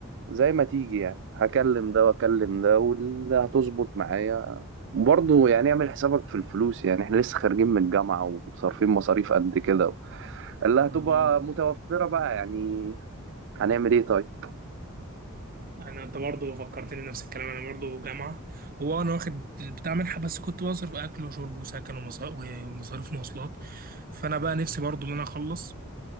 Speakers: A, on the right (about 60°); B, on the right (about 45°).
A: زي ما تيجي يعني هكلم ده واكلم ده واللي هتظبط معايا برضه يعني اعمل حسابك في الفلوس يعني احنا لسه خارجين من الجامعة وصارفين مصاريف قد كده اللي هتبقى
B: والله
A: متوفرة بقى يعني هنعمل ايه طيب
B: انا انت برضه فكرتني بنفس الكلام انا برضه جامعه هو انا واخد بتاع منحه بس كنت بصرف اكل وشرب وسكن ومصا- ومصاريف مواصلات فانا بقى نفسي برضه ان انا اخلص